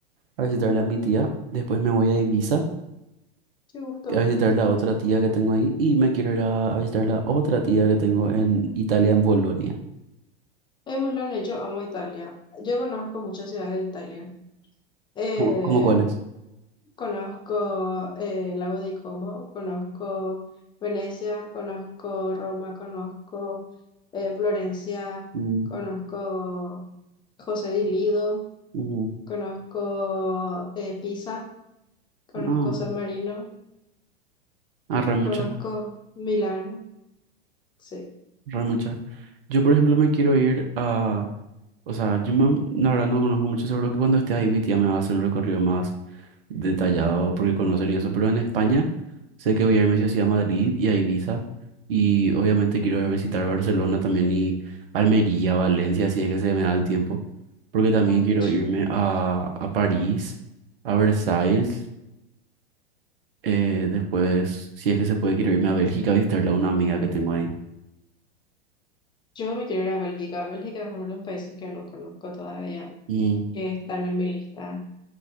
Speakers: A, on the right; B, on the left.
A: a visitarle a mi tía. Después me voy a Ibiza
B: Qué gusto.
A: a visitar la otra tía que tengo ahí. Y me quiero ir a, a visitar la otra tía que tengo en Italia, en Bolonia.
B: Es muy lo han hecho, amo Italia. Yo conozco muchas ciudades de Italia. Eh,
A: ¿Cómo, cómo cuál es?
B: Conozco eh, Lago Como, conozco Venecia, conozco Roma, conozco eh, Florencia,
A: Mm,
B: conozco José di Lido,
A: ujú.
B: conozco eh, Pisa, conozco
A: Ah,
B: San Marino,
A: ah, re muchas,
B: conozco Milán. Sí.
A: re muchas. Yo, por ejemplo, me quiero ir a. O sea, yo me- la verdad no conozco mucho, seguro que cuando esté ahí mi tía me va a hacer un recorrido más detallado porque conocen y eso. Pero en España sé que voy a irme sí o sí a Madrid y a Ibiza. Y obviamente quiero ir a visitar Barcelona también y Almería, Valencia, si es que se me da el tiempo. Porque también
B: Ay,
A: quiero
B: ch-
A: irme a, a París, a Versailles. eh, después, si es que se puede, quiero irme a Bélgica a visitarle a una amiga que tengo ahí.
B: Yo me quiero ir a Bélgica. Bélgica es uno de los países que no conozco todavía,
A: Mm,
B: que están en mi lista.